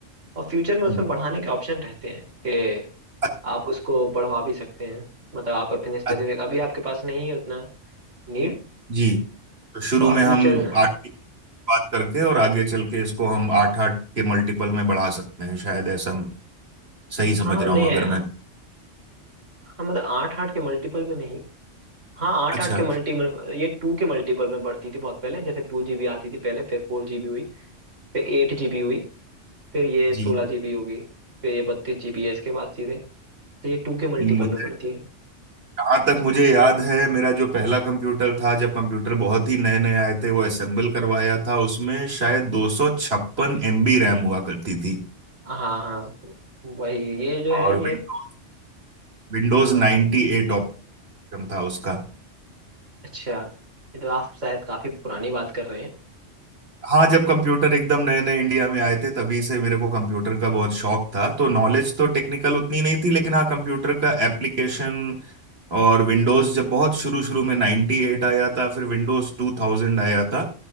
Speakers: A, on the right; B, on the right.
A: और फ्यूचर में उसमें
B: हम्म।
A: बढ़ाने के ऑप्शन रहते हैं कि
B: अच्छा
A: आप उसको बढ़वा भी सकते हैं मतलब आप अपने स्पेसिफिक
B: अच्छा,
A: अभी आपके पास नहीं है उतना नीड
B: जी तो शुरू
A: तो आप
B: में
A: फ्यूचर
B: हम
A: में
B: आठ की बात करके और आगे चल के इसको हम आठ आठ के मल्टीपल में बढ़ा सकते हैं शायद ऐसा म- सही समझ
A: हाँ
B: रहा
A: नहीं
B: हूँ अगर
A: है हाँ
B: मैं
A: मतलब आठ आठ के मल्टीपल में नहीं हाँ आठ
B: अच्छा
A: आठ के मल्टीपल ये टू के मल्टीपल में बढ़ती थी बहुत पहले जैसे टू जीबी आती थी पहले फिर फोर जीबी हुई फिर एट जीबी हुई फिर ये
B: जी
A: सोलह जीबी हो गई फिर ये बत्तीस जीबी है इसके बाद सीधे तो ये टू के मल्टीपल
B: मुझे
A: में बढ़ती है
B: जहाँ तक मुझे याद है मेरा जो पहला कंप्यूटर था जब कंप्यूटर बहुत ही नए नए आए थे वो असेंबल करवाया था उसमें शायद दो सौ छप्पन एमबी रैम हुआ करती थी
A: हाँ हाँ वही ये जो है
B: और
A: ये
B: विंडोज विंडोज
A: हाँ
B: नाइन्टी एट ऑपरेटिंग सिस्टम था उसका
A: अच्छा ये तो आप शायद काफी पुरानी बात कर रहे हैं
B: हाँ जब कंप्यूटर एकदम नए नए इंडिया में आए थे तभी से मेरे को कंप्यूटर का बहुत शौक था तो नॉलेज तो टेक्निकल उतनी नहीं थी लेकिन हाँ कंप्यूटर का एप्लीकेशन और विंडोज जब बहुत शुरू शुरू में 98 आया था फिर विंडोज 2000 आया था